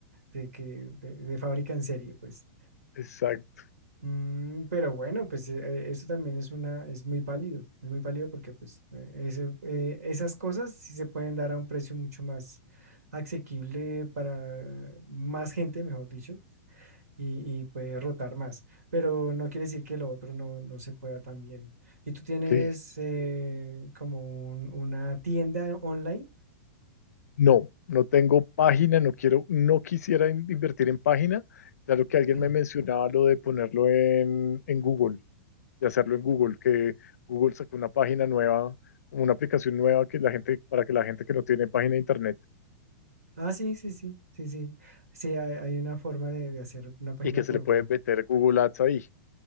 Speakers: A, on the right; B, on the left.
A: de que de, de fábrica en serie, pues.
B: exacto.
A: Mm, pero bueno, pues eh, eso también es una, es muy válido, es muy válido porque pues eh, ese- eh, esas cosas sí se pueden dar a un precio mucho más asequible para más gente, mejor dicho, y, y puede rotar más, pero no quiere decir que lo otro no, no se pueda también. ¿Y tú tienes
B: sí.
A: eh, como un- una tienda online?
B: No, no tengo página, no quiero, no quisiera in- invertir en página. Claro que alguien
A: <clears throat>
B: me mencionaba lo de ponerlo en, en Google, de hacerlo en Google, que Google sacó una página nueva, una aplicación nueva que la gente, para que la gente que no tiene página de internet
A: Ah, sí, sí, sí, sí, sí. Sí, hay, hay una forma de, de hacer una página
B: y que
A: por
B: se le puede
A: Google.
B: meter Google Ads ahí.